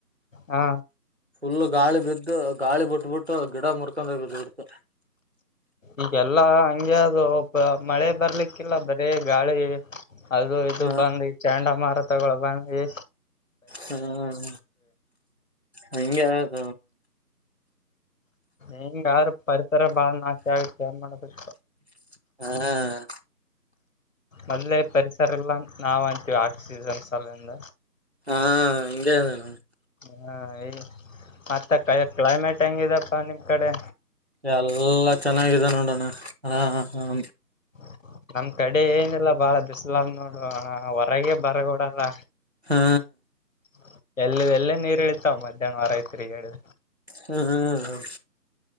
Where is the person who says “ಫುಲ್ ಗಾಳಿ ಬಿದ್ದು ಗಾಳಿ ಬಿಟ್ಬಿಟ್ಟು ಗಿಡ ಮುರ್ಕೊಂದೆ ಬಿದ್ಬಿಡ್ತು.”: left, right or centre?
Right